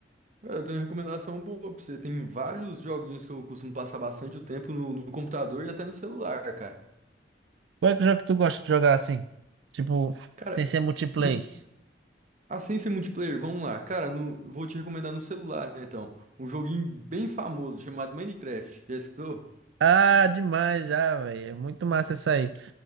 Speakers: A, on the right; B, on the right.
A: Cara, eu tenho uma recomendação boa pra você. Tem vários joguinhos que eu costumo passar bastante o tempo no, no computador e até no celular, cara.
B: Qual é que jogo que tu gosta de jogar assim? Tipo,
A: Cara,
B: sem ser multiplayer.
A: no, assim ser multiplayer, vamos lá. Cara, no- vou te recomendar no celular, né, então. Um joguinho bem famoso chamado Minecraft. Já escutou?
B: Ah, demais já, velho. É muito massa isso aí.